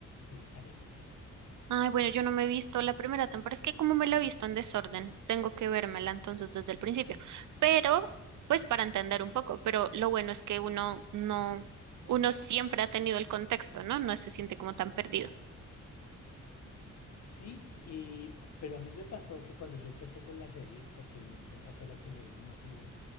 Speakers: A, on the left; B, on the right.
A: eh, analizarlo.
B: Ay, bueno, yo no me he visto la primera temporada. Es que como me la he visto en desorden, tengo que vérmela entonces desde el principio. Pero, pues para entender un poco, pero lo bueno es que uno no, uno siempre ha tenido el contexto, ¿no? No se siente como tan perdido.
A: Sí, y- pero a mí me pasó que cuando yo empecé con la serie, porque mi esposa fue la que me motivó,